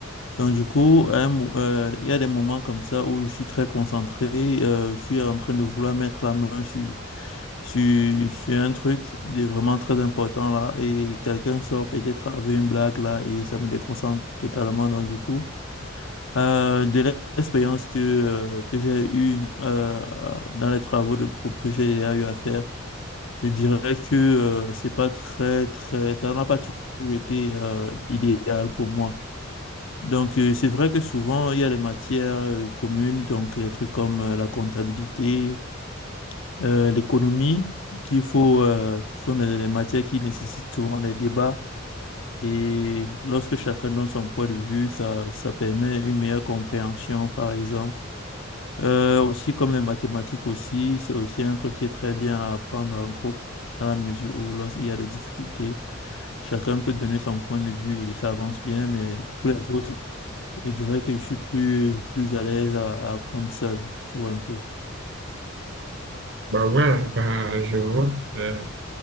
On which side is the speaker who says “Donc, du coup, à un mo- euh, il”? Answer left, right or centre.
Left